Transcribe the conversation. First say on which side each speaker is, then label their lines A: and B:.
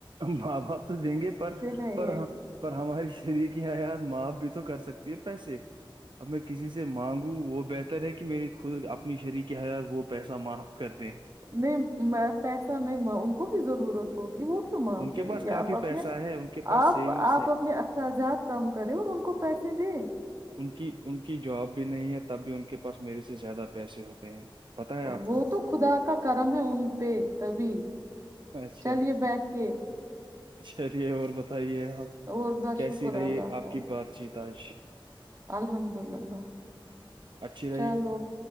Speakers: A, on the right; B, on the right.
A: ماں باپ تو دیں گے پر
B: ہیں
A: پر
B: یہ
A: پر ہماراری شریر کی حیات ماںپ تو کر سکتی ہے پیسے اب میں کسی سے مانگوں وہ بہتر ہے کہ میری خود اپنی شریک حیات وہ پیسہ معاف کر دیں
B: نہیں میں پیسہ نہیں ماں ان کو بھی ضرورت ہوگی وہ کیوں معاف
A: ان کے
B: کریں
A: پاس
B: گے
A: کافی
B: آپ اپنے
A: پیسہ ہے ان کے پاس
B: آپ
A: سیونگس
B: آپ
A: ہے
B: اپنے اخراجات کم کریں اور ان کو پیسے دیں
A: ان کی ان کی جاب بھی نہیں ہے تب بھی ان کے پاس میرے سے زیادہ پیسے ہوتے ہیں پتا ہے آپ
B: وہ
A: کو
B: تو خدا کا کرم ہے ان پہ تبھی
A: اچھا
B: چلیے بیٹھیے <inaudible>
A: چلیے اور بتائیے آپ
B: اور بس
A: کیسی
B: شکر
A: رہیے
B: اللہ
A: آپ
B: کا
A: کی بات چیت آج
B: الحمد للہ
A: اچھی رہی
B: چلو